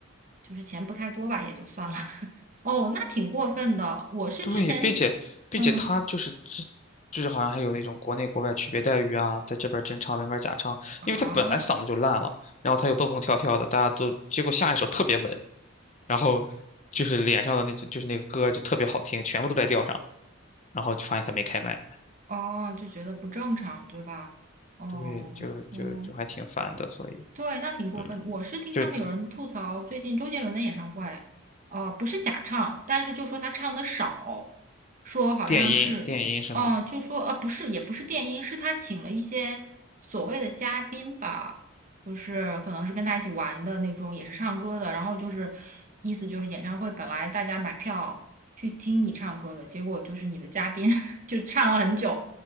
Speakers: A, on the right; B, on the left.
A: 就是钱不太多吧，也就算了。<laughs> 哦，那挺过分的。我是之前
B: 对，并且并且他就是之，
A: 嗯
B: 就是好像还有那种国内国外区别待遇啊，在这边儿真唱，在那边儿假唱，
A: 啊
B: 因为他本来嗓子就烂了，然后他又蹦蹦跳跳的，大家都结果下一首特别稳，然后就是脸上的那只就是那个歌就特别好听，全部都在调上，然后就发现他没开麦，
A: 哦就觉得不正常，对吧？哦嗯。
B: 对，就就就还挺烦的，所以
A: 对，那挺过分的。
B: 嗯，
A: 我是听他们有人吐槽，
B: 就
A: 最近周杰伦的演唱会，呃，不是假唱，但是就说他唱的少，说好像是，
B: 电音电音是吗？
A: 哦、就说呃，不是，也不是电音，是他请了一些所谓的嘉宾吧，就是可能是跟他一起玩的那种，也是唱歌的，然后就是意思就是演唱会本来大家买票去听你唱歌的，结果就是你的嘉宾 <laughs> 就唱了很久，